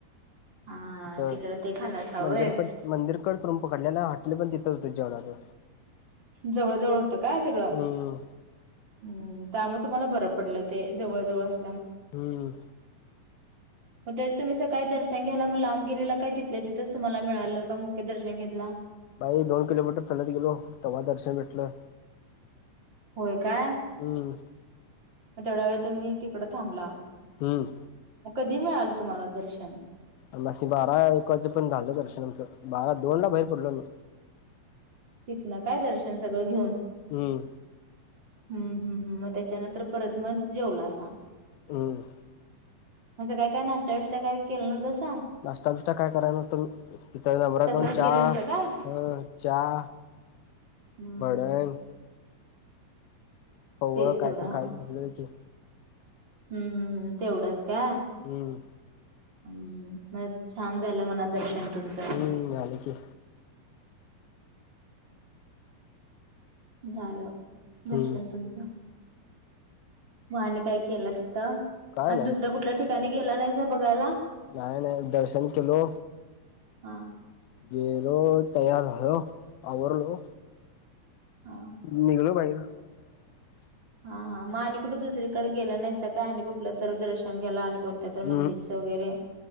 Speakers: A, on the right (about 30°); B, on the left (about 80°).
A: हा
B: तित
A: तिकडं ते खाल्लासा
B: मंदिरकड
A: होय.
B: मंदिरकड संप काडलेय ना हॉटेल पन तिकड तीथच जेवला आपन
A: जवळ जवळ होतं काय सगळं
B: हम्म
A: हम्म. त्यामुळे तुम्हाला बरं पडलं ते जवळ जवळ अस
B: हम्म.
A: तरीचं तुम्ही स काही दर्शन घ्यायला लाम गेलेला काय तिथलं तिथंच तुम्हाला मिळालं का मुख्य दर्शन घेतला.
B: बाई दोन किलोमीटर चालत गेलो तेव्हा दर्शन भेटलं.
A: होय काय मग
B: हम्म
A: तेवढा वेळ तुम्ही तिकडं थांबला
B: हम्म
A: मग कधी मिळाल तुम्हाला दर्शन
B: आम्हास्नी बारा एक वाजे पर्यंत पण झालं दर्शना आमचं बारा दोन ला बाहेर पडलो अमी
A: तिथन काय दर्शन सगळं घेऊन
B: हम्म.
A: हम्म हम्म हम मग त्याच्यानंतर परत मग जेवलासां
B: हम्म
A: असं काय काय नाश्टा बिष्टा काय केलला नवतासा
B: नाश्ता बिष्टा काय करत नसतो मि तिथ नंबरात
A: तसच
B: जाउन चहा
A: गेलेलं असं काय
B: चहा
A: हम्म
B: भडंग पव
A: तेच
B: काय
A: तेवढं
B: तरी
A: हा
B: खात बसलेल की
A: हम्म हम् हम् तेवढंच काय
B: हम्म
A: हम् म छान झालं म्हणा दर्शन तुमचं
B: हम्म झाल की
A: झालं
B: हम्म
A: दर्शन तुमचं, म आणि काय केला त ताआणि
B: काय
A: दुसऱ्या कुठल्या ठिकाणी गेला नाहीसा बघायला?
B: नाय नाय दर्शन केलो
A: हा
B: गेलो तयार झालो आवरलो
A: हा
B: निघलो बाहेर <unintelligible>
A: हा हा म आणि कुठं दुसरीकडे गेला नाहीसा का आणि कुठलं तर दर्शन घ्याला आणि बत
B: हम्म
A: मंदिरच वगैरे